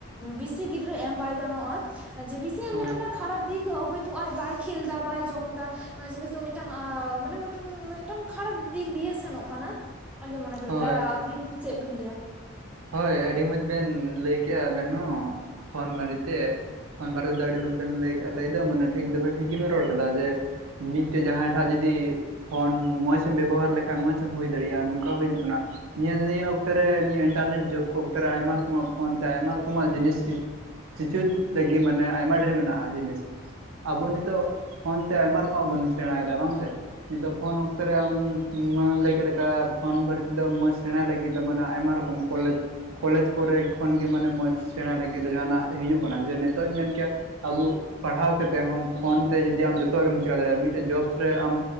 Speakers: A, in the centre; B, on the right.
A: ᱵᱮᱥᱤ ᱜᱤᱫᱽᱨᱟᱹ ᱮᱢ ᱵᱟᱭ ᱜᱟᱱᱚᱜᱼᱟ᱾ ᱡᱮ ᱵᱮᱥᱤ
B: ᱦᱳᱭ
A: ᱮᱢ ᱞᱮᱠᱷᱟᱱ ᱴᱟᱜ ᱠᱷᱟᱨᱟᱯ ᱫᱤᱠ ᱦᱚᱭᱛᱳ ᱟᱡ ᱵᱟᱭ ᱠᱷᱮᱞ ᱫᱟ ᱵᱟᱭ ᱡᱚᱢ ᱫᱟ ᱾ ᱱᱚᱣᱟ ᱡᱤᱱᱤᱥ ᱫᱚ ᱢᱤᱫᱴᱟᱝ ᱢᱟᱱᱮ ᱢᱤᱫ ᱢᱤᱫᱴᱟᱝ ᱠᱷᱟᱨᱟᱯ ᱫᱤᱠ ᱫᱤᱭᱮ ᱥᱮᱱᱚᱜ ᱠᱟᱱᱟ ᱾ ᱟᱞᱤᱧᱟᱜ ᱢᱚᱱᱮ ᱫᱚ
B: ᱦᱳᱭ
A: ᱞᱟᱹᱭᱟ, ᱟᱨ ᱟᱹᱵᱤᱱ ᱪᱮᱫ ᱵᱤᱱ ᱞᱟᱹᱭᱟ?
B: ᱦᱳᱭ ᱟᱹᱰᱤ ᱢᱚᱸᱡᱽ ᱵᱮᱱ ᱞᱟᱹᱭ ᱠᱮᱜᱼᱟ ᱟᱵᱮᱱ ᱦᱚᱸ ᱯᱷᱳᱱ ᱵᱟᱨᱮᱛᱮ ᱾ ᱯᱷᱳᱱ ᱵᱟᱨᱮ ᱛᱮᱫ ᱟᱹᱰᱤ ᱢᱚᱸᱡᱽ ᱵᱮᱱ ᱞᱟᱹᱭ ᱞᱟᱹᱭ ᱫᱚ ᱢᱟᱱᱮ ᱴᱷᱤᱠ ᱫᱚ ᱴᱷᱤᱠ ᱜᱮᱵᱮᱱ ᱨᱚᱲ ᱠᱮᱫᱟ ᱡᱮ‌, ᱢᱤᱫᱴᱮᱡ ᱡᱟᱦᱟᱸᱭ ᱴᱷᱟᱜ ᱡᱩᱫᱤ ᱯᱷᱳᱱ ᱢᱚᱸᱡᱽᱢ ᱵᱮᱵᱚᱦᱟᱨ ᱞᱮᱠᱷᱟᱡ ᱢᱚᱸᱡᱽ ᱮᱢ ᱦᱩᱭ ᱫᱟᱲᱮᱭᱟᱜᱼᱟ ᱱᱚᱝᱠᱟ ᱦᱩᱭᱩᱜ ᱠᱟᱱᱟ ᱾ ᱱᱤᱭᱟᱹ ᱱᱤᱭᱟᱹ ᱚᱠᱛᱮ ᱨᱮ ᱱᱤᱭᱟᱹ ᱤᱱᱴᱟᱨᱱᱮᱴ ᱡᱩᱜᱽ ᱚᱠᱛᱮ ᱨᱮ ᱟᱭᱢᱟ ᱨᱚᱠᱚᱢᱟᱜ ᱯᱷᱳᱱ ᱛᱮ ᱟᱭᱢᱟ ᱨᱚᱠᱚᱢᱟᱜ ᱡᱤᱱᱤᱥ, ᱪᱤᱪᱩ ᱞᱟᱹᱜᱤᱫ ᱢᱟᱱᱮ ᱟᱭᱢᱟ ᱰᱷᱮᱨ ᱢᱮᱱᱟᱜᱼᱟ ᱡᱤᱱᱤᱥ ᱾ ᱟᱵᱚ ᱱᱤᱛᱚᱜ ᱯᱷᱳᱱ ᱛᱮ ᱟᱭᱢᱟ ᱨᱚᱠᱚᱢᱟᱜ ᱵᱚᱱ ᱥᱮᱬᱟᱭᱮᱫᱟ ᱵᱟᱝ ᱥᱮ? ᱱᱤᱛᱚᱜ ᱯᱷᱳᱱ ᱚᱠᱛᱚ ᱨᱮ ᱟᱢ ᱟᱢᱮᱢ ᱞᱟᱹᱭ ᱠᱮᱫ ᱞᱮᱠᱟ ᱯᱷᱳᱱ ᱵᱟᱨᱮ ᱛᱮᱫᱚ ᱢᱚᱡᱽ ᱥᱮᱬᱟᱭ ᱞᱟᱹᱜᱤᱫ ᱫᱚ ᱢᱟᱱᱮ ᱟᱭᱢᱟ ᱨᱚᱠᱚᱢᱼᱼ ᱠᱚᱞᱮᱡᱽ ᱠᱚᱞᱮᱡᱽ ᱠᱚᱨᱮ ᱠᱷᱚᱱᱜᱮ ᱢᱟᱱᱮ ᱢᱚᱡᱽ ᱥᱮᱬᱟ ᱞᱟᱹᱜᱤᱫ ᱫᱚ ᱡᱟᱦᱟᱱᱟᱜ ᱦᱤᱡᱩᱜ ᱠᱟᱱᱟ ᱡᱮ ᱱᱤᱛᱚᱜ ᱤᱧ ᱢᱮᱱ ᱠᱮᱭᱟᱼᱼ ᱟᱵᱚ ᱯᱟᱲᱦᱟᱣ ᱠᱟᱛᱮᱫ ᱦᱚᱸ ᱯᱷᱳᱱ ᱛᱮ ᱡᱚᱫᱤ ᱟᱢ ᱡᱚᱛᱚᱣᱟᱜ ᱜᱮ ᱮᱢ ᱪᱤᱠᱟᱹ ᱫᱟᱲᱮᱭᱟᱜᱼᱟ ᱢᱤᱫᱴᱮᱡ ᱡᱚᱵ ᱨᱮ ᱟᱢᱼᱼ